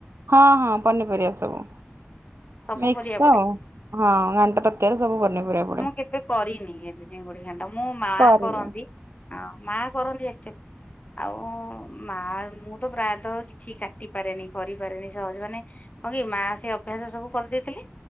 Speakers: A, on the right; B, on the left.
A: ହଁ ହଁ ପନିପରିବା ସବୁ
B: ସବୁ
A: ମିକ୍ସ୍
B: ପରିବା
A: ତ
B: ପଡେ
A: ଆଉ। ହଁ ଘାଣ୍ଟ ତର୍କିଆରେ ସବୁପନିପରିବା
B: ମୁଁ କେବେ କରିନି ଏବେ ଚିଙ୍ଗୁଡି ଘଣ୍ଟ ମୋଁମା
A: ପରିବା
B: କରନ୍ତି ଆ ମା କରନ୍ତି ଆ ଆଉ ମା ମୁଁ ତ ପ୍ରାୟତଃ କିଛି କାଟି ପାରେନି କରିପାରେନି ସହଜେ ମାନେ ହଁ କି ମା ସେ ଅଭ୍ୟାସ ସବୁ କରିଦେଇଥିଲେ